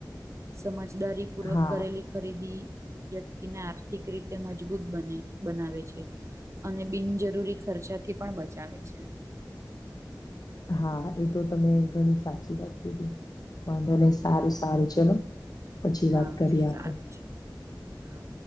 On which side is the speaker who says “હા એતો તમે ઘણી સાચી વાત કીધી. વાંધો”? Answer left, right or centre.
Left